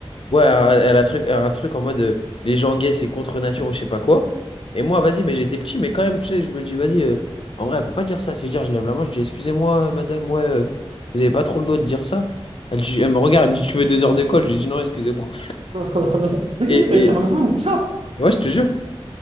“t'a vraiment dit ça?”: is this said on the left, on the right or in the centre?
Right